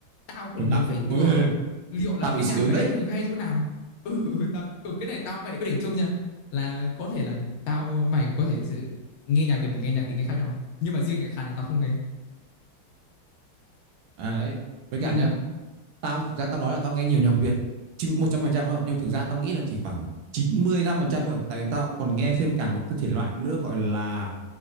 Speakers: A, on the left; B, on the right.
A: tao còn
B: người ta cũng
A: phải tự
B: Ê,
A: hỏi là liệu là
B: tao
A: cái
B: bị dị
A: nhạc
B: ứng
A: đấy
B: đấy
A: hay chỗ nào ừ ừ, tao ừ, cái này tao mày lại có điểm chung nha là có thể là tao mày có thể sẽ nghe nhạc Việt và nghe nhạc tiếng Anh khác nhau nhưng mà riêng nhạc Hàn này tao không nghe
B: à đấy với
A: ừ
B: cả nhá tao thực ra tao nói là tao nghe nhiều nhạc Việt chín một trăm phần trăm đâu nhưng thực ra tao nghĩ là chỉ khoảng 95 phần trăm thôi tại vì tao còn nghe thêm cả một cái thể loại nữa gọi là